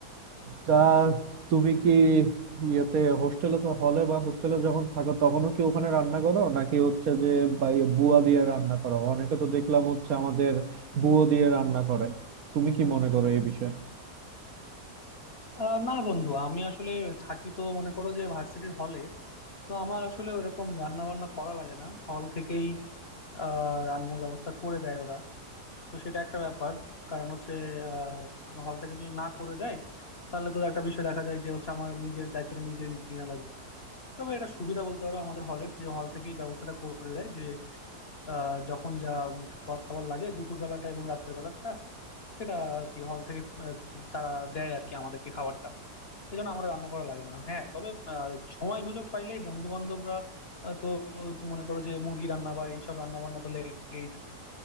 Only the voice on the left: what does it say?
আহ, না বন্ধু আমি আসলে থাকি তো মনে করো যে ভার্সিটির হলে তো আমার আসলে ওরকম রান্না বান্না করা লাগে না হল থেকেই আহ রান্নার ব্যবস্থা করে দেয় ওরা তো সেটা একটা ব্যাপার কারণ হচ্ছে আহ হল থেকে যদি না করে দেয় তাহলে তো একটা বিষয় দেখা যায় যে হচ্ছে আমার নিজের দায়িত্বটা নিজের নেওয়া লাগে তবে এটা সুবিধা বলতে পারো আমাদের হলের যে হল থেকেই ব্যবস্থাটা করে দেয় যে আহ, যখন যা খাবার দাবার লাগে দুপুর বেলাটা এবং রাত্রের বেলাটা সেটা আর কি হল থেকে আহ, তারা দেয় আর কি আমাদেরকে খাবারটা এই জন্য আমাদের রান্না করা লাগে না হ্যাঁ তবে আহ, সময় সুযোগ পাইলেই বন্ধু বান্ধবরা তো তো মনে করো যে মুরগি রান্না বা এইসব রান্না বান্না তো লেগেই থাকে